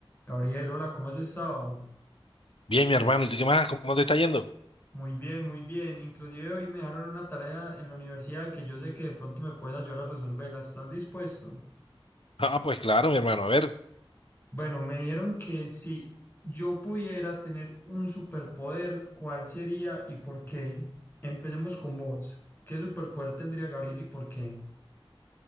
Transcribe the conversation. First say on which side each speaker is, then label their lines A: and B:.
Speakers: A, on the left; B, on the left.
A: Gabriel, hola, ¿cómo has estado?
B: Bien, mi hermano, ¿y tú qué más? ¿Cómo te está yendo?
A: Muy bien, muy bien. Inclusive hoy me dejaron una tarea en la universidad que yo sé que de pronto me puedes ayudar a resolverla. ¿Estás dispuesto?
B: Ah, pues claro, mi hermano, a ver.
A: Bueno, me dieron que si yo pudiera tener un superpoder, ¿cuál sería y por qué? Empecemos con vos. ¿Qué superpoder tendría Gabriel y por qué?